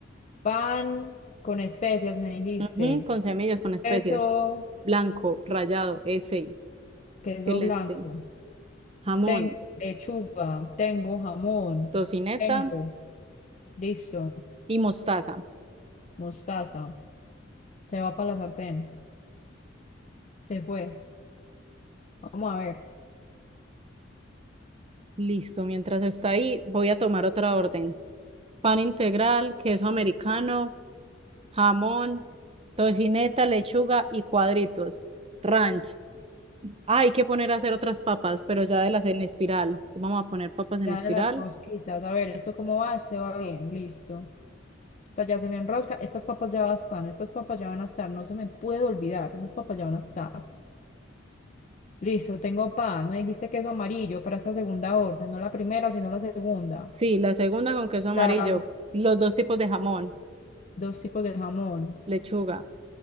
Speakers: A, on the left; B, on the right.
A: Pan con especias, me dijiste.
B: Ujú, con semillas, con especias.
A: Queso,
B: Blanco, rallado, ese.
A: queso
B: Excelente.
A: blanco.
B: Jamón,
A: Tengo lechuga, tengo jamón,
B: tocineta
A: tengo, listo,
B: y mostaza.
A: mostaza. Se va para la sartén. Se fue. Vamos a ver.
B: Listo, mientras está ahí, voy a tomar otra orden. Pan integral, queso americano, jamón, tocineta, lechuga y cuadritos. Ranch. Ah, hay que poner a hacer otras papas, pero ya de las en espiral. Vamos a poner papas en
A: Ya
B: espiral.
A: de las rosquitas. A ver, ¿esto cómo va? Este va bien, listo. Estas ya son en rosca. Estas papas ya están. Estas papas ya van a estar. No se me puede olvidar. Esas papas ya van a estar. Listo, tengo pan. Me dijiste queso amarillo para esta segunda orden. No la primera, sino la segunda.
B: Sí, la segunda con queso amarillo,
A: Las
B: los dos tipos de jamón,
A: dos tipos de jamón.
B: lechuga,